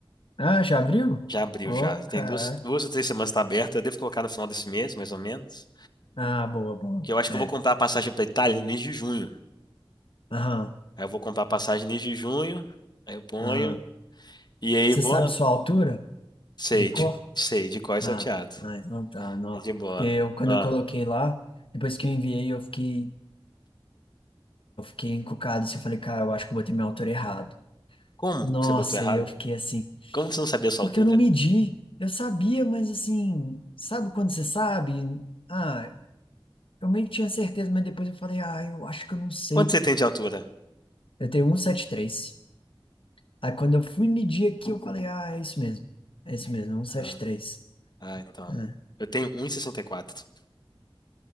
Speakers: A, on the left; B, on the left.
A: Ah, já abriu?
B: Já abriu,
A: Oh,
B: já. Tem
A: caraca.
B: duas, duas ou três semanas que tá aberta, eu devo colocar no final desse mês, mais ou menos.
A: Ah, boa, boa.
B: Que eu acho
A: É.
B: que eu vou comprar a passagem pra Itália no mês de junho.
A: Aham,
B: Aí eu vou comprar a passagem no mês de junho, aí eu ponho,
A: aham.
B: e aí
A: Você
B: vou.
A: sabe sua altura
B: Sei,
A: de cor?
B: de- sei, de cor e
A: Ah,
B: salteado.
A: ah, então tá, não.
B: De boa.
A: Porque eu, quando
B: Ah,
A: eu coloquei lá, depois que eu enviei, eu fiquei, eu fiquei encucado. Assim, eu falei, cara, eu acho que eu botei minha altura errado.
B: como
A: Nossa,
B: que você botou errado?
A: e eu fiquei assim,
B: Como você não sabia a sua
A: porque
B: altura?
A: eu não medi. Eu sabia, mas assim, sabe quando você sabe? Ah, eu meio que tinha certeza, mas depois eu falei, ah, eu acho que eu não sei.
B: Quanto você tem de altura?
A: Eu tenho 173. Aí quando eu fui medir aqui, eu falei, ah, é isso mesmo. É isso mesmo, é 173.
B: Ah, ah, então.
A: É,
B: Eu tenho um um sessenta sessenta e quatro